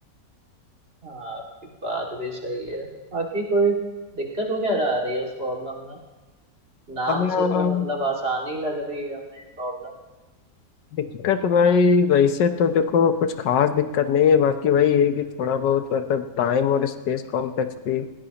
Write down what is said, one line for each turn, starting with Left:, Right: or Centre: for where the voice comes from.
Right: हाँ आपकी बात भी सही है बाकी कोई दिक्कत वगैरह आ रही है उस प्रॉब्लम में नाम
Left: हाँ,
Right: से तो मतलब आसानी लग रही है हमें ये प्रॉब्लम
Left: दिक्कत तो भाई वैसे तो देखो कुछ खास दिक्कत नहीं है बाकी वही है कि थोड़ा बहुत मतलब टाइम और स्पेस कॉम्प्लेक्स थी